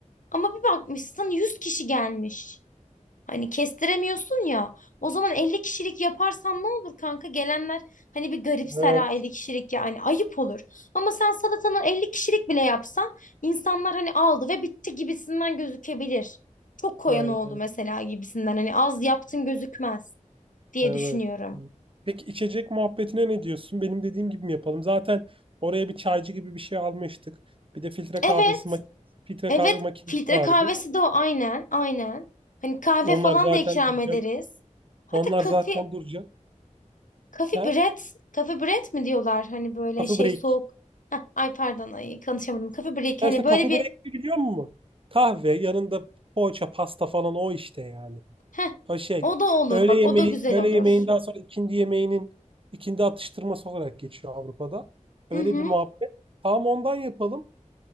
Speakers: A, on the left; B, on the right.
A: Ama bir bakmışsın 100 kişi gelmiş. Hani kestiremiyorsun ya. O zaman 50 kişilik yaparsan ne olur kanka? Gelenler hani bir garipser
B: Evet.
A: ha 50 kişilik ya hani ayıp olur. Ama sen salatanı 50 kişilik bile yapsan insanlar hani aldı ve bitti gibisinden gözükebilir. Çok koyan
B: he,
A: oldu mesela gibisinden hani az yaptın gözükmez diye
B: evet.
A: düşünüyorum.
B: Peki içecek muhabbetine ne diyorsun? Benim dediğim gibi mi yapalım? Zaten oraya bir çaycı gibi bir şey almıştık. Bir de filtre
A: Evet,
B: kahvesi mak- filtre
A: evet
B: kahve makinesi
A: filtre
B: vardı.
A: kahvesi de o aynen, aynen. Hani kahve
B: Onlar
A: falan
B: zaten
A: da ikram
B: duracak.
A: ederiz. Hatta
B: Onlar
A: kafe,
B: zaten duracak.
A: Kafi
B: He?
A: Bread, Kafi Bread mi diyorlar hani böyle
B: Coffee
A: şey
B: break.
A: soğuk. Heh, ay pardon ay konuşamadım. Kafi Break hani
B: Ya işte
A: böyle
B: coffee
A: bir
B: break ne biliyor musun? Kahve yanında poğaça, pasta falan o işte yani.
A: heh,
B: O şey
A: o da olur
B: öğle
A: bak
B: yemeği
A: o da güzel
B: öğle
A: olur.
B: yemeğinden sonra ikindi yemeğinin ikindi atıştırması olarak geçiyor Avrupa'da.
A: Hı
B: Öyle
A: hı.
B: bir muhabbet. Tamam ondan yapalım.